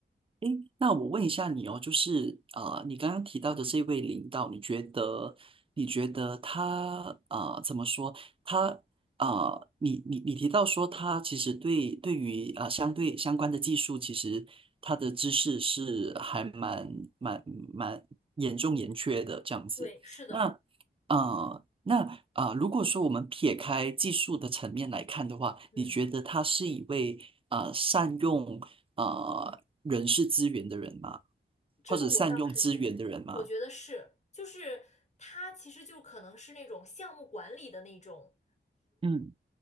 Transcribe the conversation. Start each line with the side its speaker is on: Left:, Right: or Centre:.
Right: 诶，那我问一下你哦，就是啊，你刚刚提到的这位领导，你觉得你觉得他啊，怎么说？他啊，你你你提到说他其实对对于啊相对相关的技术，其实他的知识是还蛮蛮蛮严重严缺的这样子。
Left: 对，是的，
Right: 那啊，那啊、呃如果说我们撇开技术的层面来看的话，
Left: 嗯，
Right: 你觉得他是一位啊善用？呃人事资源的人嘛，
Left: 这个我倒是挺，
Right: 或者善用资源的人嘛。
Left: 我觉得是，就是他其实就可能是那种项目管理的那种。
Right: 嗯